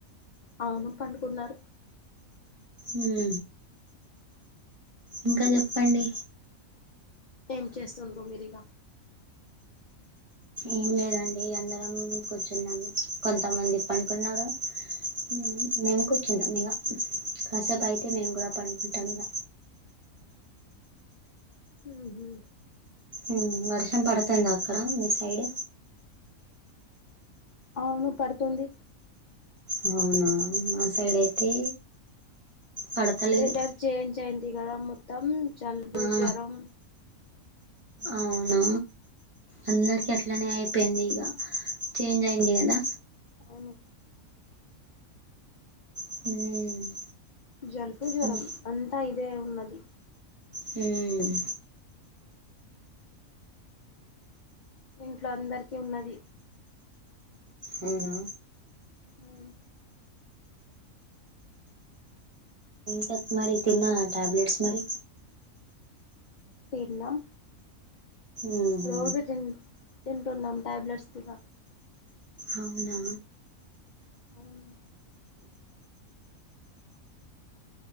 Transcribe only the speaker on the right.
ఉహు ఇంకా చెప్పండి.
ఏం లేదండి అందరం కూర్చున్నాం కొంతమంది పనుకున్నారు. ఉ మేము కూర్చున్నాం ఇగ కాసేపు అయితే మేము కూడా పండుకుంటాం ఇగ.
ఉ వర్షం పడుతుంద అక్కడ మీ సైడ్.
అవునా మా సైడ్ అయితే. పడతలేదు
ఆ
అవునా. అందరికి అట్లనే అయిపేయింది ఇగ చేంజ్ అయింది కదా.
హ్మ్.
హ్మ్
హ్మ్.
అవునా.
తత్ మీరి తిన్నార్ ట్యాబ్లేెట్స్ మరి.
ఉహు
అవునా.